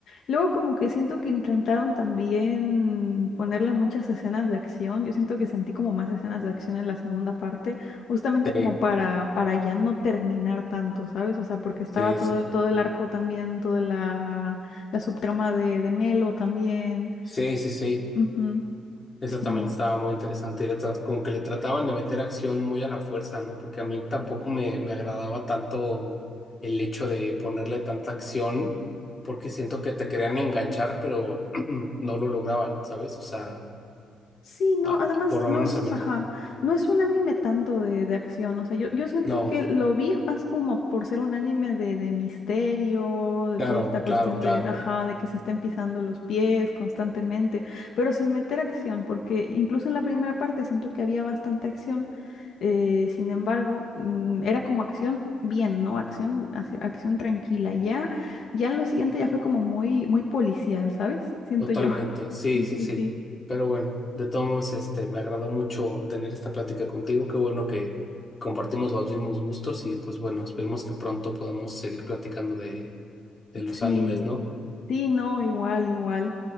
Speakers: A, on the left; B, on the left.
A: Luego como que siento que intentaron también ponerle muchas escenas de acción. Yo siento que sentí como más escenas de acción en la segunda parte, justamente
B: Sí,
A: como para, para ya no terminar tanto, ¿sabes? O sea, porque estaba
B: sí,
A: todo
B: sí.
A: el, todo el arco también, toda la, la subtrama de, de Melo también.
B: Sí, sí, sí. sí.
A: Ujú,
B: Eso
A: Sí,
B: también
A: no.
B: estaba muy interesante. Y le tra- como que le trataban de meter acción muy a la fuerza, ¿no? Porque a mí tampoco me, me agradaba tanto el hecho de ponerle tanta acción, porque siento que te querían enganchar, pero <clears throat> no lo lograban, ¿sabes? O sea,
A: Sí, no,
B: ah,
A: además
B: por lo
A: no
B: menos
A: es,
B: a mí no.
A: ajá, no es un anime tanto de, de acción, o sea, yo, yo siento
B: No,
A: que lo vi más como por ser un anime de, de misterio, de
B: claro,
A: toda esta cuestión
B: claro, claro.
A: de, ajá, de que se estén pisando los pies constantemente, pero sin meter acción, porque incluso en la primera parte siento que había bastante acción, eh, sin embargo, mm, era como acción bien, ¿no? Acción, hacia- acción tranquila, y ya, ya en lo siguiente ya fue como muy, muy policial, ¿sabes? Siento
B: Totalmente,
A: yo. <laughs>
B: sí,
A: Sí,
B: sí,
A: sí,
B: sí.
A: sí.
B: Pero bueno, de todos modos, este, me agradó mucho tener esta plática contigo. Qué bueno que compartimos los mismos gustos y pues bueno, esperemos que pronto podamos seguir platicando de, de los
A: Sí,
B: animes, ¿no?
A: Sí, no, igual, igual.